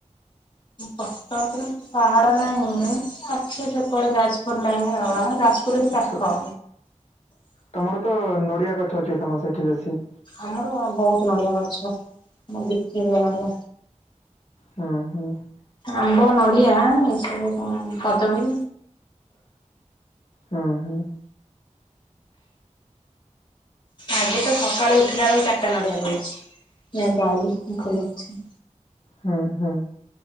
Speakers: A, on the left (about 40°); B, on the left (about 60°).
A: କଟକରେ ପାହାଡ ନାହିଁ ଅଛି ସେପଟେ ଯାଜପୁର ଲାଇନି ଆମେ ଯାଜ ପୁରକୁ
B: ସ
A: ପାଖ
B: ତମର ତ ନଡିଆ ଗଛ ଅଛି ତମର ସେଠି ବେଶୀ।
A: ଆମର ବହୁତ ନଡିଆ ଗଛ। ମୁଁ ବିକିବି ନଡ଼ିଆ।
B: ହୁଁ ହୁଁ
A: ଆମ୍ବ, ନଡ଼ିଆ ଏସବୁ କଣ କଦଳୀ
B: ହଁ ହୁଁ।
A: ଆଜି ତ ସକାଳୁ ଉଠିଲା ବେଳକୁ ଚାରିଟା ନଡିଆ ପଡିଛି ଯାଇକି ଆାଣିଲି।
B: ହୁଁ ହୁଁ।